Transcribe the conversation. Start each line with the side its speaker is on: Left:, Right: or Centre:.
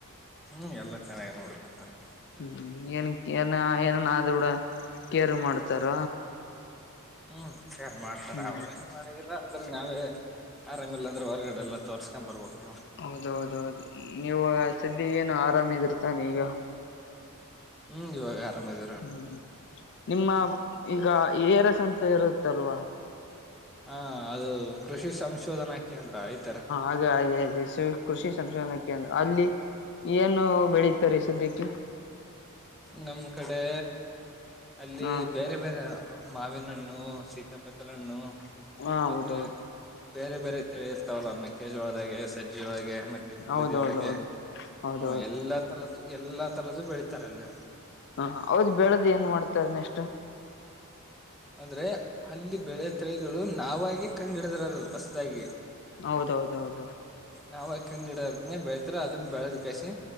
Centre: ಹ್ಮ್ ಎಲ್ಲಾ ಚೆನ್ನಾಗಿ ನೋಡ್ಕೊಂತಾರೆ
Left: ಹ್ಮ್ ಏನ್ ಏನ ಏನನ್ಡ ಕೇರ್ ಮಾಡ್ತಾರ
Centre: ಹ್ಮ್ ಸಾರ್ ಮಾಡ್ತಾರ
Left: ಹ್ಮ್
Centre: ಅವ್ರ ಏನ್ ಮಾಡಿದಿಲ್ಲ ಅಂದ್ರೆ ನಾವೇ ಆರಾಮೇಲ್ಲ ಅಂದ್ರೆ ಹೊರಗಡೆ ಎಲ್ಲ ತೋರ್ಸ್ಕೊಂಡ್ ಬರ್ಬೇಕು
Left: ಹೌದ ಹೌದೌದು ನೀವಾಗ ಸ್ದಿ ಏನು ಆರಾಮಿದಿರ್ತಾನೆ ಈಗ
Centre: ಹ್ಮ್ ಇವಾಗ ಆರಾಮದ
Left: ಹ್ಮ್ ನಿಮ್ಮ ಈಗ ಏರಸ್ ಅಂತ ಇರುತ್ತಲ್ವಾ
Centre: ಹಾ ಅದು ಕೃಷಿ ಸಂಶೋಧನಾ ಕೇಂದ್ರ ಆಐ್ತರೆ
Left: ಅದೇ ಅದೇ ಕೃಷಿ ಸಂಶೋಧನಾ ಕೇಂದ್ರ ಅಲ್ಲಿ ಏನು ಬೆಳೀತಾರೆ ಸದ್ಯಕ್ಕೆ
Centre: ನಮ್ ಕಡೆ ಅಲ್ಲಿ
Left: ಹ
Centre: ಬೇರೆ ಬೇರೆ ಮಾವಿನಣ್ಣು ಸೀತಾಪತ್ರಲಣ್ಣು
Left: ಹ
Centre: ಮತ್ತೆ
Left: ಹೌದೌದು
Centre: ಬೇರೆ ಬೇರೆ ತಿಳಿ ಇರ್ತಾವಲ್ಲ ಮೆೇಕೇಜು ಒಳದಾಗ ಸಜ್ಜಿೊಳಗೆ ಮತ್ತೆ ಗೋಧಿಳಗೆ
Left: ಹೌದೌದೌದು ಹೌದೌದು
Centre: ಹ ಎಲ್ಲಾ ತರದ ಎಲ್ಲಾ ತರದ್ದು ಬೆಳೀತಾರಲ್ಲಿ
Left: ಹ ಹೌದ್ ಬೆಳೆದ್ ಏನ್ ಮಾಡ್ತಾರ ನೆಷ್ಟು
Centre: ಆದ್ರೆ ಅಲ್ಲಿ ಬೆಳೆ ತಳಿಗಳು ನಾವಾಗಿ ಕಂಡ್ ಹಿಡಿದರದು ಹೊಸದಾಗಿ
Left: ಹೌದೌದೌದೌದು
Centre: ನಾವ ಕಂಡಿಡದ್ನನೆ ಬೆಳ್ತರ ಅದನ್ ಬೆಳದ ಕಸಿ